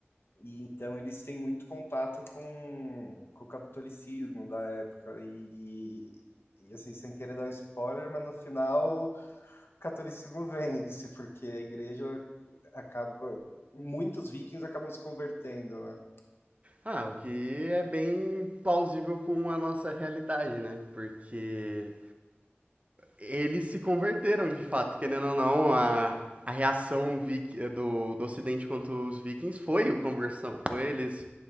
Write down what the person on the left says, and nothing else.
e então eles têm muito contato com, com o catolicismo da época e, e assim, sem querer dar spoiler, mas no final o catolicismo vence, porque a igreja acaba muitos vikings acabam se convertendo, né?